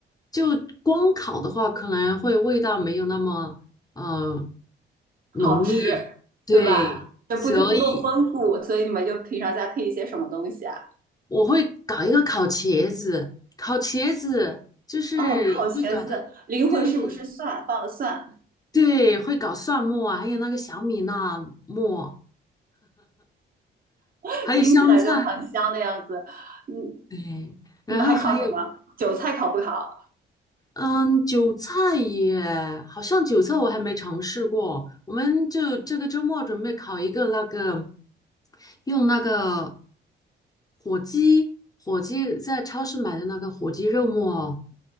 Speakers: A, on the left (about 20°); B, on the right (about 45°).
A: 就光烤的话，可能会味道没有那么呃
B: 好吃，
A: 浓烈，对，
B: 对吧？就不不够丰富，
A: 所以。
B: 所以你们就平常再配一些什么东西啊？
A: 我会搞一个烤茄子，烤茄子就是会搞它，
B: 哦，烤茄子，灵魂是不是蒜放了蒜？
A: 对对，会搞蒜末啊，还有那个小米辣末，
B: <laughs>
A: 还有香菜，
B: 听起来就很香的样子。嗯，
A: 对，然后还有。
B: 你们还烤什么？韭菜烤不烤？
A: 嗯，韭菜耶，好像韭菜我还没尝试过。我们就这个周末准备烤一个那个，用那个火鸡，火鸡在超市买的那个火鸡肉末哦